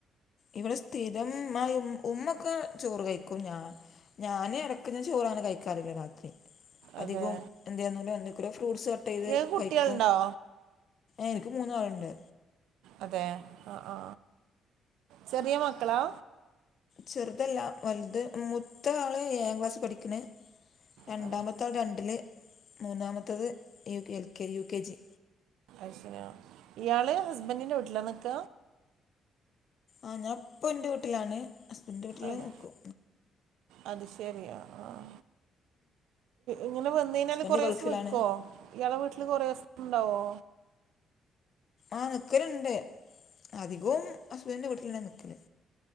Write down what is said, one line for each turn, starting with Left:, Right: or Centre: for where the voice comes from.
Left: ഇവിടെ സ്ഥിരം ആ ഉമ്മൊക്കെ ചോറ് കഴിക്കും ഞാൻ- ഞാൻ ഇടയ്ക്ക് ചോറങ്ങനെ കഴിക്കാറില്ല രാത്രി അധികം
Right: അതെ
Left: എന്താന്ന എന്തൊങ്കിലും ഫ്രൂട്ട്സ് ചെയ്ത്
Right: ഇങ്ങൾക്ക് കുട്ടികളുണ്ടോ?
Left: കഴിക്കും എനിക്ക് മൂന്നാളുണ്ട്.
Right: അതെ ആ ആ ചെറിയ മക്കളാ?
Left: ചെറുതല്ല വലുത് മൂത്ത ആള് ഏഴാം ക്ലാസ് പഠിക്ക്ണ് രണ്ടാമത്തെ
Right: അതെ
Left: ആൾ രണ്ടില് മൂന്നാമത്തേത് യ L K U K G.
Right: അത് ശരിയാ ഇയാൾ ഹസ്ബൻഡിൻ്റെ വീട്ടിലാണ് നിക്ക
Left: ആ ഞാൻ ഇപ്പം ഇൻ്റെ വീട്ടിലാണ് ഹസ്ബൻന്റിന്റെ വീട്ടിൽ
Right: അതെ
Left: നിക്കും
Right: അത് ശെരിയാ ആഹ ഇങ്ങനെ വന്ന് കഴിഞ്ഞാല്
Left: ഹസ്ബൻഡ്
Right: കൊറെേ
Left: ഗൾഫിലാണ്
Right: ദിവസം നിക്കോ ഇയാളെ വീട്ടില് കൊറെേ ദിവസം ണ്ടാവോ?
Left: ആ നിൽക്കലുണ്ട് അധികവും ഹസ്ബൻഡിൻ്റെ വീട്ടിലന്നെ നിൽക്കല്.